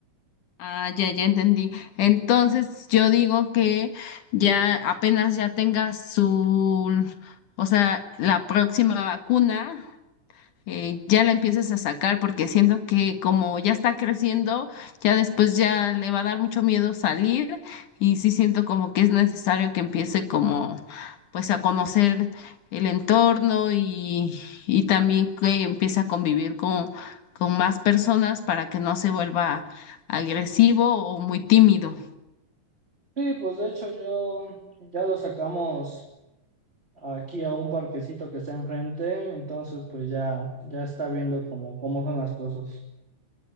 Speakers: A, on the left (about 70°); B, on the right (about 20°).
A: Ah, ya, ya entendí. Entonces, yo digo que ya apenas ya tenga su, o sea, la próxima vacuna eh, ya la empiezas a sacar, porque siento que como ya está creciendo, ya después ya le va a dar mucho miedo salir y sí siento como que es necesario que empiece como pues a conocer el entorno y, y también que empiece a convivir con, con más personas para que no se vuelva agresivo o muy tímido.
B: Sí, pues de hecho yo ya lo sacamos aquí a un parquecito que está enfrente, entonces pues ya, ya está viendo cómo, cómo son las cosas.